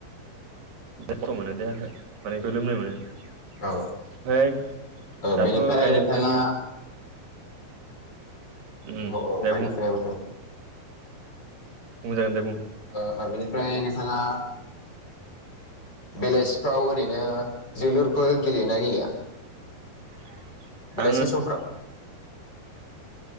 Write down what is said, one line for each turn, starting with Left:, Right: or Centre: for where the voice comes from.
Right: लेथ्रा मोनो देहाखौ माने गोलोमनाय मोनो। फ्राय
Left: औ
Right: दाथ'
Left: औ बेनिफ्राय
Right: गायनाय
Left: नोंथाङा
Right: फुनायनि उम
Left: औ औ
Right: दे
Left: गायनाय
Right: बुं
Left: फुनाय बोथोर
Right: बुंजागोन दे बुं
Left: ओ ओ बेनिफ्राय नोंथाङा बेलासिफ्राव ओरैनो जोलुरफोर गेलेयोना गेलेया?
Right: <inaudible>
Left: बेलासि
Right: आङो
Left: समफ्राव